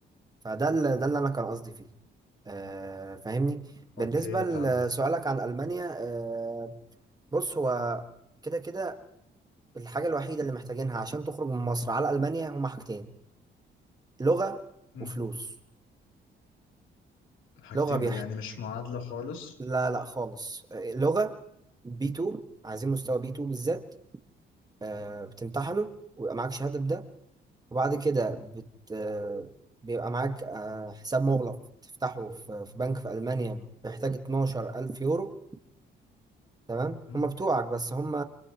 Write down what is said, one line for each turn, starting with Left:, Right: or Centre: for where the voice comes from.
Right: فده اللي ده اللي انا كان قصدي فيه آه فاهمني بالنسبه
Left: أوكي
Right: لسؤالك
Left: فهمتك
Right: عن المانيا آه بص هو كده كده الحاجه الوحيده اللي محتاجينها عشان تخرج من مصر على المانيا هما حاجتين لغه
Left: مم.
Right: وفلوس
Left: حاجتين
Right: لغه بيحت
Left: بقى، يعني مش معادلة خالص
Right: لا لا خالص آه لغه بي 2 عايزين مستوى بي 2 بالذات آه بتمتحنه ويبقى معاك شهاده بده وبعد كده بت آه بيبقى معاك آه حساب مغلق تفتحه في في بنك في المانيا بيحتاج 12000 يورو تمام
Left: مم.
Right: هم بتوعك بس هم